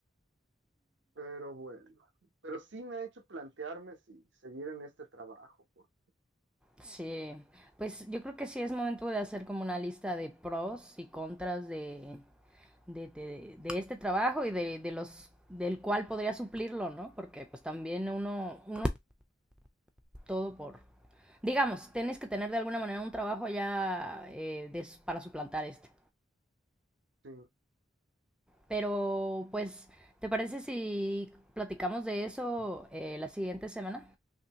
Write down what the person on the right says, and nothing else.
Pero bueno, pero sí me ha hecho plantearme si seguir en este trabajo. Pues.
Sí.